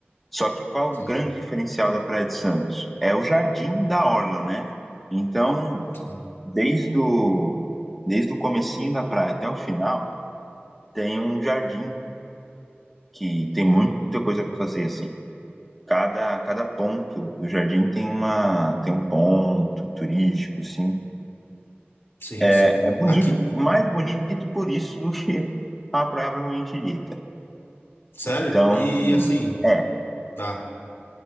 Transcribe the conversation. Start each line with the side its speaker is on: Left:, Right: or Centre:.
Centre: Só que qual
Left: sim,
Centre: o grande diferencial da Praia de Santos? É o jardim da orla, né? Então,
Left: sim.
Centre: desde o, desde o comecinho da praia até o final, tem um jardim que tem muita coisa para fazer assim. Cada, cada ponto do jardim tem uma tem um ponto turístico, assim,
Left: Sim,
Centre: é,
Left: sim.
Centre: é bonito,
Left: Aqui.
Centre: mais bonito por isso do que a praia propriamente dita.
Left: Sério?
Centre: Então,
Left: E assim,
Centre: é,
Left: tá.